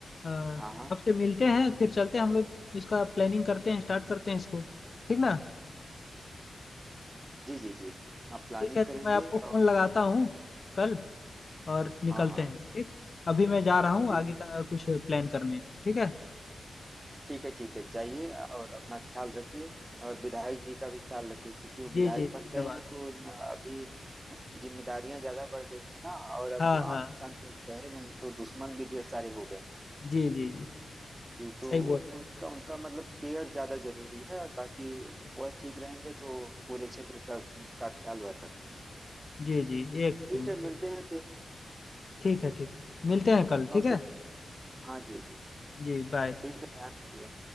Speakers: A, on the left (about 45°); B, on the right (about 20°).
A: अ,
B: हाँ हाँ
A: आपसे मिलते हैं फिर चलते हैं हम लोग इसका प्लानिंग करते हैं स्टार्ट करते हैं इसको ठीक ना
B: जी जी जी हाँ प्लानिंग
A: ठीक है तो
B: करेंगे
A: मैं आपको फोन
B: और
A: लगाता हूँ कल और निकलते
B: हाँ हाँ
A: हैं ठीक अभी मैं जा रहा हूँ
B: ठीक
A: आगे का कुछ प्लान करने ठीक है
B: ठीक है ठीक है जाइए और अपना ख्याल रखिए और विधायक जी का भी ख्याल रखिए क्योंकि वो
A: जी
B: विधायक
A: जी धन्यवाद
B: बन गए हैं तो न- अभी उनकी जिम्मेदारियां ज्यादा बढ़ गई है ना और
A: हाँ
B: अब वो
A: हाँ
B: आम इंसान तो रहे नहीं तो दुश्मन भी ढेर सारे हो गए होंगे।
A: जी जी जी
B: जी तो
A: सही बोल रहे हैं
B: उनका उनका मतलब केयर ज्यादा जरूरी है बाकी वह ठीक रहेंगे तो पूरे क्षेत्र का का ख्याल वह रखेंगे
A: जी जी एक एकदम
B: ठीक है मिलते
A: एकदम।
B: हैं फिर
A: ठीक है ठीक है मिलते हैं कल ठीक
B: और
A: है
B: सब हाँ जी जी
A: जी बाय
B: ठीक है ध्यान रखिएगा